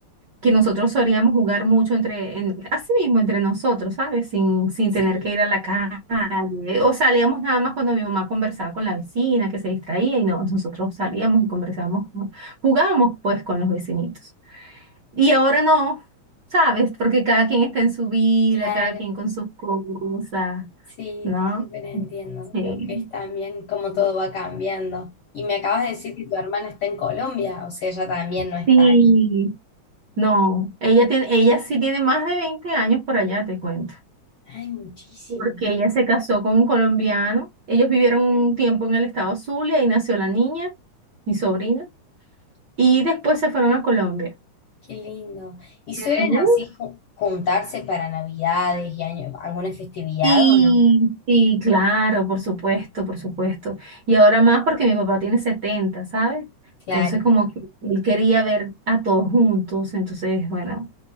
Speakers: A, on the right (about 55°); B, on the left (about 75°).
A: que nosotros solíamos jugar mucho entre, en- así mismo entre nosotros, ¿sabes? Sin, sin
B: Sí,
A: tener que ir a la calle. O salíamos nada más cuando mi mamá conversaba con la vecina, que se distraía, y no, nosotros salíamos y conversábamos, con- jugábamos pues con los vecinitos. Y ahora no, ¿sabes? Porque cada quien está en su vida,
B: claro.
A: cada quien con sus cosas.
B: Sí,
A: ¿no?
B: te súper entiendo.
A: Sí.
B: Lo que es también cómo
A: Ujú,
B: todo va cambiando. Y me acabas de decir que tu hermana está en Colombia, o sea, ella también no está
A: Sí.
B: ahí.
A: No, ella tiene, ella sí tiene más de 20 años por allá, te cuento.
B: Ay, muchísimo,
A: Porque
B: man.
A: ella se casó con un colombiano. Ellos vivieron un tiempo en el estado Zulia y nació la niña, mi sobrina. Y después se fueron a Colombia.
B: qué lindo. ¿Y suelen
A: Tiene un-
B: así ju- juntarse para Navidades y año, alguna festividad
A: Sí,
B: o no?
A: sí, claro, por supuesto, por supuesto. Y ahora más porque mi papá tiene setenta ¿sabes?
B: Claro,
A: Entonces como que él quería ver a todos juntos, entonces, bueno,